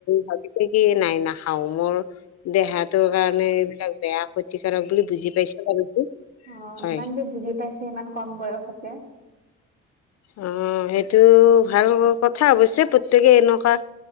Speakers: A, on the left (about 55°); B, on the right (about 30°).
A: ভাবিছে কি নাই নাখাওঁ মোৰ দেহাটোৰ কাৰণে এইবিলাক বেয়া ক্ষতিকাৰক বুলি বুজি পাইছে বাৰু
B: অ',
A: হয়
B: ইমান যে বুজি পাইছে ইমান কম বয়সতে
A: অ সেইটো ভাল কথা অৱশ্যে প্ৰত্যয়েকে এনেকুৱা